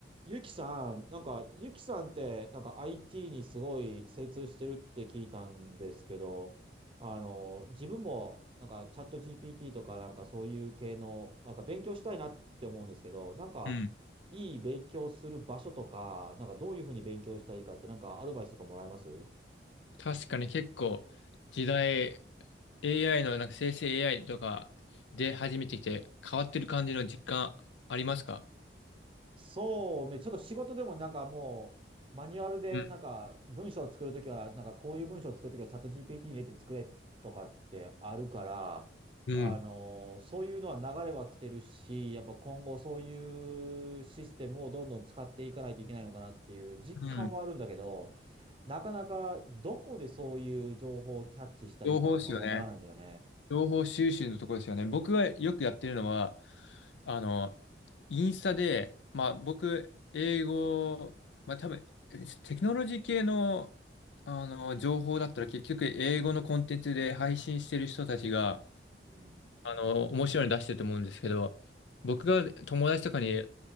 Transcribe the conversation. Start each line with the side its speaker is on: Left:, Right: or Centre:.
Right: ゆきさん、なんか、ゆきさんって、なんか IT にすごい精通してるって聞いたんですけど、あの、自分も、なんか、チャット GPT とか、なんかそういう系の、なんか勉強したいなって思うんですけど、なんか、
Left: うん。
Right: いい勉強する場所とか、なんかどういうふうに勉強したらいいかって、なんかアドバイスとかもらえます
Left: 確かに結構時代 AI のなんか生成 AI とかで始めてきて変わってる感じの実感ありますか
Right: そうね、ちょっと仕事でもなんかもう、マニュアルでなんか文章を作るときは、
Left: うん。
Right: なんかこういう文章を作るときはチャット GPT に入れて作れとかってあるから、
Left: うん。
Right: あの、そういうのは流れは来てるし、やっぱ今後そういうシステムをどんどん使っていかないといけないのかなっていう実感はあるんだけど、
Left: うん。
Right: なかなかどこでそういう情報をキャッチしたらいいかっていうのはわからないんだよね。
Left: 情報ですよね。情報収集のところですよね。僕がよくやってるのは、あの、インスタで、まあ僕、英語、まあ多分、テクノロジー系の、あの情報だったら結局英語のコンテンツで配信してる人たちが、
Right: うん。
Left: あの、面白いの出してると思うんですけど、僕が友達とかに